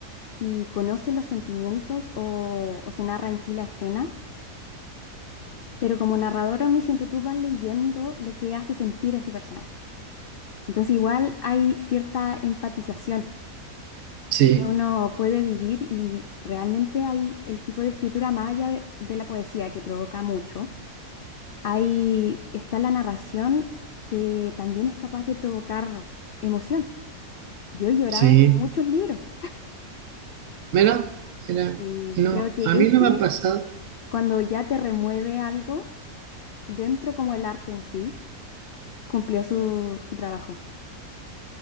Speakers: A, on the left; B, on the right.
A: y conoce los sentimientos o, o se narra en sí la escena, pero como narrador omnisciente tú vas leyendo lo que hace sentir a ese personaje. Entonces igual hay cierta empatización
B: sí,
A: que uno puede vivir y realmente hay el tipo de escritura más allá de, de la poesía que provoca mucho. Ahí está la narración que también es capaz de provocar emoción. Yo he llorado
B: sí,
A: con muchos libros.
B: mira, mira,
A: Sí,
B: no,
A: creo que
B: a
A: ese,
B: mí no me ha pasado,
A: cuando ya te remueve algo dentro como el arte en sí, cumplió su, su trabajo.